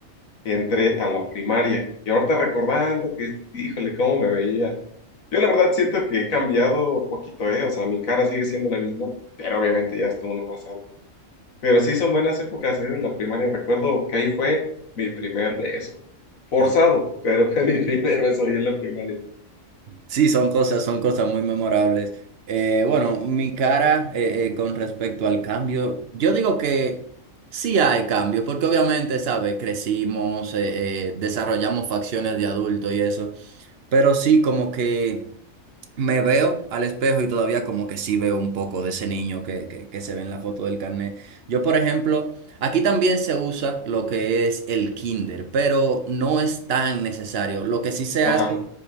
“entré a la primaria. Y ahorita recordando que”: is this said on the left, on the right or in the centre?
Left